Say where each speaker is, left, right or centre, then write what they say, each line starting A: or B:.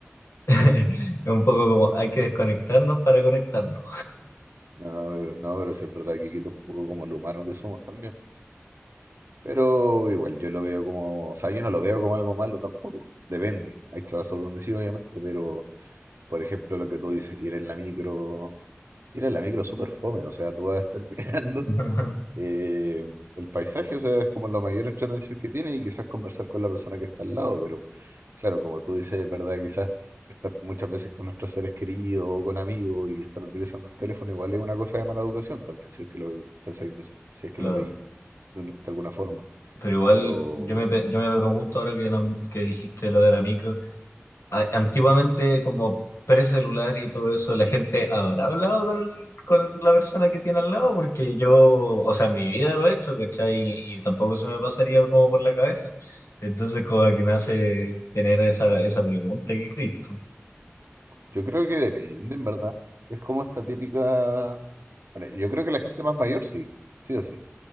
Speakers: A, on the left (about 80°); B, on the right (about 65°).
A: <laughs> Es un poco como hay que desconectarnos para conectarnos.
B: no, pero, no, pero sí es verdad que quita un poco como lo humano que somos también. po. Pero igual yo lo veo como, o sea, yo no lo veo como algo malo tampoco. Depende. Hay clases donde sí, obviamente, pero por ejemplo, lo que tú dices, ir en la micro Ir a la micro es súper fome, o sea, tú vas a estar <laughs> mirando
A: <laughs>
B: eh, el paisaje, o sea, es como la mayor entretención que tiene y quizás conversar con la persona que está al lado, pero claro, como tú dices, es verdad, quizás estar muchas veces con nuestros seres queridos o con amigos y estar utilizando el teléfono igual es una cosa de mala educación también, si es que lo pensáis, de- si es que
A: Claro.
B: lo veis de, un- de alguna forma.
A: Pero igual
B: Pero
A: yo me, pe- yo me pregunto ahora que, no- que dijiste lo de la micro. a- Antiguamente, como precelular y todo eso, ¿la gente habrá hablado con, el- con la persona que tiene al lado? Porque yo, o sea, en mi vida lo he hecho, ¿cachai? Y, y tampoco se me pasaría como por la cabeza. Entonces, como que me hace tener esa, esa pregunta, ¿qué crees tú?
B: yo creo que depende, en verdad. Es como esta típica... Bueno, yo creo que la gente más mayor sí, sí o sí.